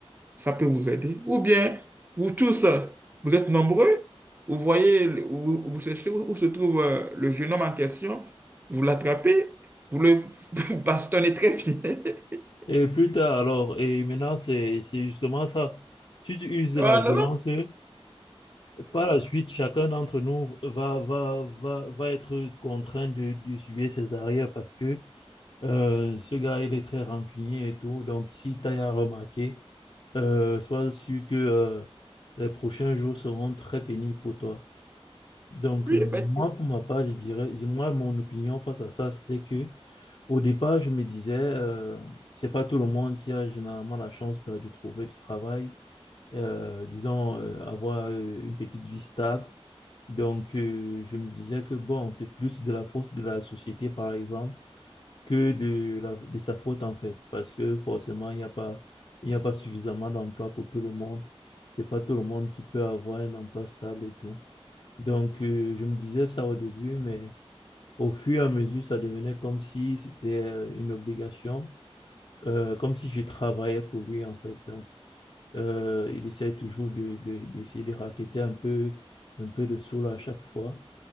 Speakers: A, on the right (about 20°); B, on the left (about 50°).
A: Ça peut vous aider. Ou bien, vous tous, euh, vous êtes nombreux, vous voyez, le- vous, vous cherchez où où se trouve euh, le jeune homme en question, vous l'attrapez, vous le <laughs> bastonnez très bien. <laughs>
B: Et plus tard, alors, et maintenant, c'est, c'est justement ça. Si tu uses de
A: Oh
B: la violence,
A: non, non,
B: euh, par la suite, chacun d'entre nous va, va, va, va être contraint de, de suivre ses arrières parce que Euh, ce gars, il est très rancunier et tout. Donc, si t'as à remarquer, euh, sois sûr que euh, les prochains jours seront très pénibles pour toi. Donc,
A: oui,
B: euh,
A: effectivement.
B: moi, pour ma part, je dirais, moi, mon opinion face à ça, c'était que au départ, je me disais, euh, c'est pas tout le monde qui a généralement la chance de, de trouver du travail, euh, disons, euh, avoir euh, une petite vie stable. Donc, euh, je me disais que bon, c'est plus de la force de la société, par exemple que de, la- de sa faute en fait, parce que forcément, il n'y a pas, il n'y a pas suffisamment d'emplois pour tout le monde. C'est pas tout le monde qui peut avoir un emploi stable et tout. Donc, euh, je me disais ça au début, mais au fur et à mesure, ça devenait comme si c'était euh, une obligation, euh, comme si je travaillais pour lui en fait. Donc, euh, il essaie toujours de, de- d'essayer de racketter un peu, un peu de sous là à chaque fois.